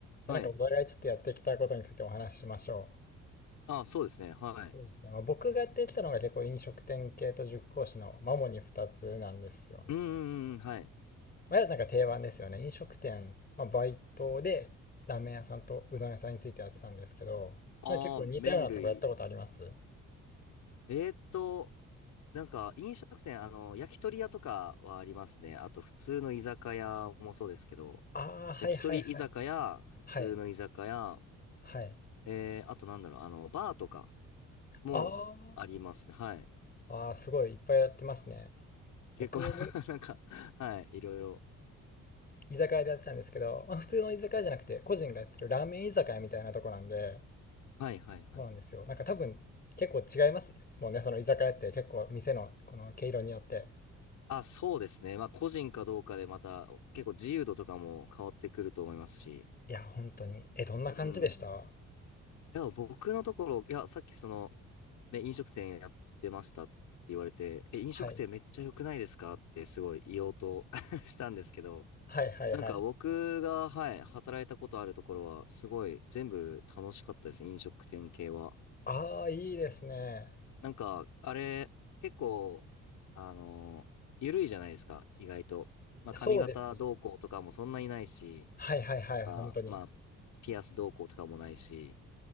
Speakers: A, on the left; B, on the left.
A: はい。
B: あなんかお互いちょっとやってきたことについてお話ししましょう。
A: あ、そうですね、はい。
B: そうですね。まあ、僕がやってきたのが結構飲食店系と塾講師のマモに2つなんですよね。
A: うん、うんうん、はい。
B: まあ、なんか定番ですよね。飲食店、まあ、バイトでラーメン屋さんとうどん屋さんについてやってたんですけど、
A: ああ、
B: なんか結構似たようなとこやったことあります
A: 麺類。えーっと、なんか、飲食店、あの、焼き鳥屋とかはありますね。あと、普通の居酒屋もそうですけど、
B: ああー、はいはいはい。
A: 焼き鳥居酒屋、普通の居酒屋、
B: はい。はい。
A: えー、あとなんだろう、あの、バーとかもありますね。
B: あ
A: はい。
B: あ、ああ、すごいいっぱいやってますね。
A: 結構
B: 僕も
A: <laughs> なんか、はい、いろいろ。
B: 居酒屋でやってたんですけど、まあ、普通の居酒屋じゃなくて個人がやってるラーメン居酒屋みたいなとこなんで、
A: はい、はい、はい。
B: そうなんですよ。なんか多分結構違いますもんね、その居酒屋って結構店のこの毛色によって。
A: あ、そうですね。まあ、個人かどうかでまた、結構自由度とかも変わってくると思いますし。
B: いや、本当に。え、どんな感じでした
A: うん。いや、僕のところ、いや、さっきその、ね、飲食店やってましたって言われて、え、飲食店めっちゃ良くないですかってすごい言おうと
B: はい。
A: <laughs> したんですけど、
B: はいはいはい。
A: なんか僕が、はい、働いたことあるところは、すごい全部楽しかったです。飲食店系は。
B: ああ、いいですね。
A: なんか、あれ、結構、あの緩いじゃないですか、意外と。まあ、
B: そうですね。
A: 髪型どうこうとかもそんなにないし、
B: はいはいはい、
A: なんか、
B: 本当に。
A: まあ、ピアスどうこうとかもないし、